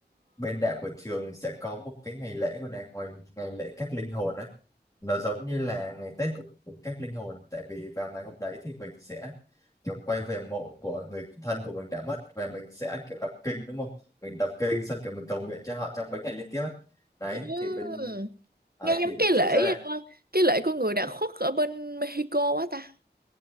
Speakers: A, on the left (about 20°); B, on the right (about 60°).
A: bên đạo của trường sẽ có một cái ngày lễ của đàng ngoài ngày lễ các linh hồn á nó giống như là ngày Tết của, của các linh hồn tại vì vào ngày hôm đấy thì mình sẽ kiểu quay về mộ của người thân của mình đã mất và mình sẽ kiểu đọc kinh đúng không mình đọc kinh xong kiểu mình cầu nguyện cho họ trong mấy ngày liên tiếp ấy đấy
B: ừ.
A: thì bên đấy
B: nghe giống
A: thì bên
B: cái lễ
A: trường sẽ
B: ờ, cái lễ của người đã khuất ở bên Mexico quá ta